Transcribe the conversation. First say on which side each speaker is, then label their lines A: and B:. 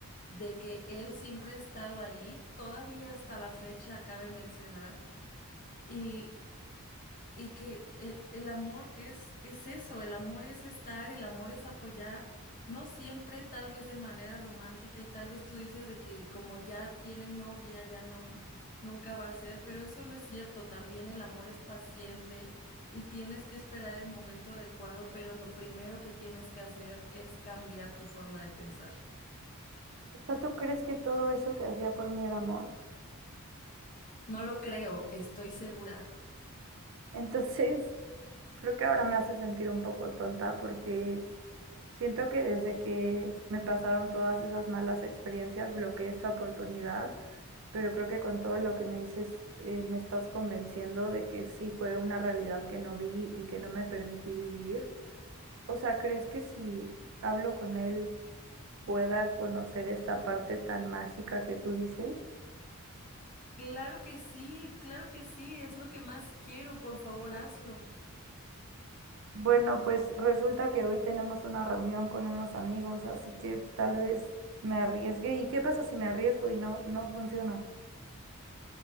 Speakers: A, on the left (about 35°); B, on the right (about 60°).
A: de que él siempre ha estado ahí, todavía hasta la fecha, cabe mencionar. y y que eh, el amor es, es eso, el amor es estar, el amor es apoyar, no siempre, tal vez de manera romántica y tal vez tú dices de que como ya tienen novia, ya no, nunca va a ser, pero eso no es cierto, también el amor es paciente y tienes que esperar el momento adecuado, pero lo primero que tienes que hacer es cambiar tu forma de pensar.
B: O sea, ¿tú crees que todo eso que hacía por mí era amor?
A: No lo creo, estoy segura.
B: <laughs> Entonces, creo que ahora me hace sentir un poco tonta porque... Siento que desde que me pasaron todas esas malas experiencias, bloqueé esta oportunidad, pero creo que con todo lo que me dices, eh, me estás convenciendo de que sí fue una realidad que no vi y que no me permití vivir. O sea, ¿crees que si hablo con él pueda conocer esta parte tan mágica que tú dices?
A: Claro que sí, claro que sí, es lo que más quiero, por favor, hazlo.
B: Bueno, pues resulta que hoy tenemos una reunión con unos amigos, así que tal vez me arriesgue. ¿Y qué pasa si me arriesgo y no, no funciona?